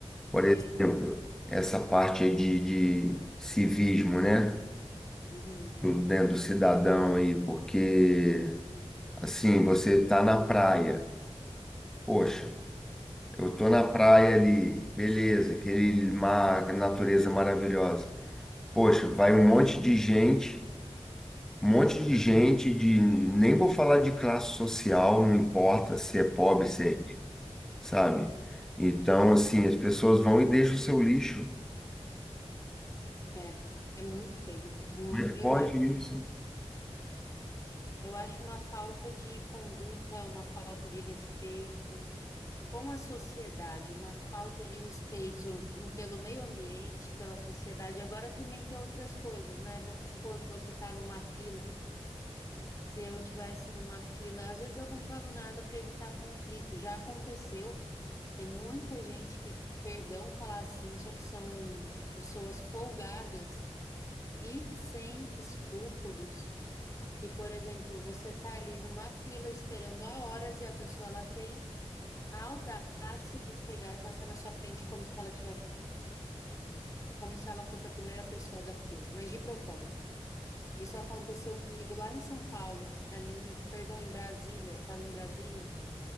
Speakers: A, on the left (about 30°); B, in the centre.
A: eu
B: Por
A: também.
B: exemplo, essa parte aí de, de civismo, né?
A: Uhum.
B: Do, né, do cidadão aí, porque assim, você tá na praia, poxa. Eu tô na praia ali, beleza, aquele mar, natureza maravilhosa. Poxa, vai um monte de gente, um monte de gente de, nem vou falar de classe social, não importa se é pobre, se
A: Não.
B: é rico, sabe? Então, assim, as pessoas vão e deixam o seu lixo.
A: É, é muito feio, muito.
B: Como é que
A: Eu
B: pode
A: acho,
B: isso?
A: eu acho uma falta de conduta, uma falta de respeito com a sociedade, uma falta de respeito <clears throat> pelo meio ambiente, pela sociedade. Agora também tem outras coisas, né? Vamos supor que você está numa fila. Se eu tivesse numa fila, às vezes eu não falo nada para evitar conflito. Já aconteceu. Tem muita gente que, perdão falar assim, só que são pessoas folgadas e sem escrúpulos, que, por exemplo, você está ali numa fila esperando há horas e a pessoa ela tem a audácia de pegar e passar na sua frente como se ela tivesse, como se ela fosse a primeira pessoa da fila, mas de propósito. Isso aconteceu comigo lá em São Paulo, eh, em- perdão, em Brasília, eu estava em Brasília